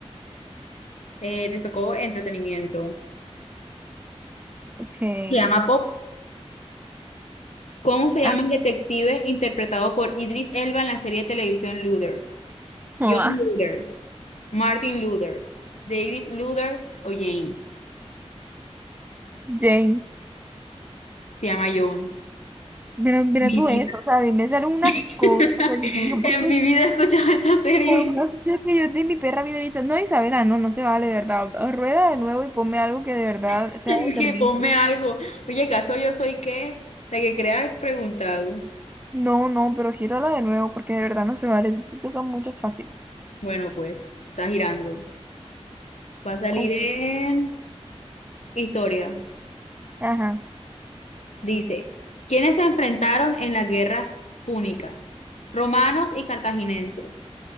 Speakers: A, on the left; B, on the right.
A: eh, te sacó entretenimiento.
B: Ok.
A: Se llama Pop. ¿Cómo se llama
B: Ah,
A: el detective interpretado por Idris Elba en la serie de televisión Luther?
B: mamá.
A: John Luther, Martin Luther, David Luther o James.
B: James.
A: Se llama John.
B: Mira, mira
A: Mi
B: tú
A: vida.
B: eso. O sea, a mí me salen unas
A: <laughs>
B: cosas. o sea, yo
A: En
B: porque
A: mi vida he escuchado esa serie.
B: jamás que yo de mi perra vida vista No, Isabela, no, no se vale, de verdad. O- o rueda de nuevo y ponme algo que de verdad
A: <laughs>
B: sea
A: Que
B: de servicio.
A: ponme algo. Oye, caso yo soy qué? La que crea preguntados.
B: No, no, pero gírala de nuevo porque de verdad no se vale. Te toca mucho fácil.
A: Bueno, pues, está girando. Va a salir
B: Ok.
A: en historia.
B: Ajá.
A: Dice, ¿quiénes se enfrentaron en las guerras púnicas? Romanos y cartaginenses,